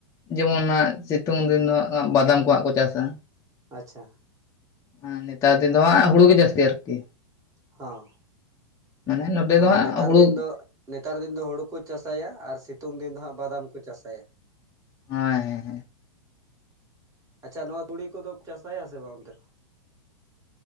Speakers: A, on the left; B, on the right.
A: ᱡᱮᱢᱚᱱ ᱦᱟᱜ ᱥᱤᱛᱩᱝ ᱫᱤᱱ ᱫᱚ ᱦᱟᱜ ᱵᱟᱫᱟᱢ ᱠᱚᱣᱟᱜ ᱠᱚ ᱪᱟᱥᱟ
B: ᱟᱪᱪᱷᱟ
A: ᱮ ᱱᱮᱛᱟᱨ ᱫᱤᱱ ᱫᱚ ᱦᱟᱸᱜ ᱦᱩᱲᱩ ᱜᱮ ᱡᱟᱹᱥᱛᱤ ᱟᱨᱠᱤ
B: ᱦᱚᱸ
A: ᱢᱟᱱᱮ ᱱᱚᱛᱮ
B: ᱛᱚ
A: ᱫᱚ ᱦᱟᱸᱜ
B: ᱱᱮᱛᱟᱨ
A: ᱦᱩᱲᱩ
B: ᱫᱤᱱ ᱫᱚ ᱱᱮᱛᱟᱨ ᱫᱤᱱ ᱫᱚ ᱦᱳᱲᱳ ᱠᱚ ᱪᱟᱥᱟᱭᱟ ᱟᱨ ᱥᱤᱛᱩᱝ ᱫᱤᱱ ᱫᱚ ᱦᱟᱸᱜ ᱵᱟᱫᱟᱢ ᱠᱚ ᱪᱟᱥᱟᱭᱟ
A: ᱦᱳᱭ ᱦᱳᱭ
B: ᱟᱪᱪᱷᱟ ᱱᱚᱣᱟ ᱛᱩᱲᱤ ᱠᱚᱫᱚ ᱠᱚ ᱪᱟᱥᱟᱭᱟ ᱥᱮ ᱵᱟᱝ ᱚᱱᱛᱮ ᱫᱚ